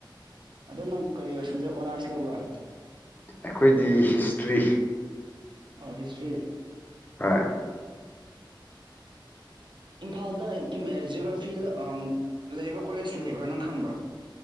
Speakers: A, on the right; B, on the left.
A: ꯑꯗꯣ ꯅꯪ ꯀꯔꯤ ꯁꯝꯖꯦ ꯑꯣꯅꯔꯁ ꯂꯧꯕ꯭ꯔꯥ
B: ꯑꯩꯈꯣꯏꯗꯤ ꯍꯤꯁꯇ꯭ꯔꯤ
A: ꯑꯣ ꯍꯤꯁꯇ꯭ꯔꯤ
B: ꯍꯣꯏ
A: ꯏꯝꯐꯥꯜꯗ ꯖꯤꯑꯣꯒ꯭ꯔꯥꯐꯤ ꯂꯩꯕ꯭ꯔꯥ ꯀꯣꯂꯦꯖ ꯂꯩꯕ꯭ꯔꯥ ꯅꯪ ꯈꯪꯕ꯭ꯔꯥ